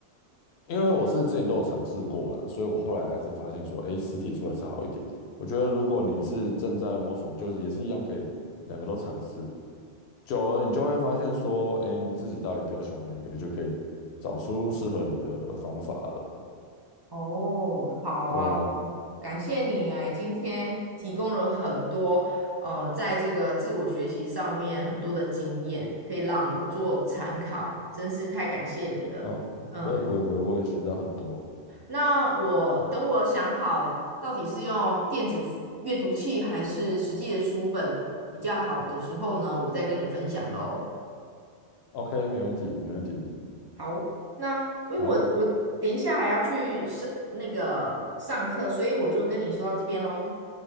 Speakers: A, on the left; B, on the right.
A: 因为我是之前都有尝试过啦，所以我后来还是发现说，哎，实体书还是好一点。我觉得如果你是正在摸索，你就是也是一样可以两个都尝试，久了你就会发现说，哎，你自己到底比较喜欢哪一个，就可以找出适合你的方法了。
B: 哦，好啊，
A: 对呀，
B: 感谢你哎，今天提供了很多呃，在这个自我学习上面很多的经验，可以让我做参考，真是太感谢你了。
A: 嗯，
B: 嗯，
A: 不会不会不会，我也学到很多。
B: 那我等我想好到底是用电子书阅读器还是实际的书本比较好的时候呢，我再跟你分享喽。
A: OK，没问题没问题，
B: 好，那因为我我等一下还要去上那个上课，
A: 好，
B: 所以我就跟你说到这边喽。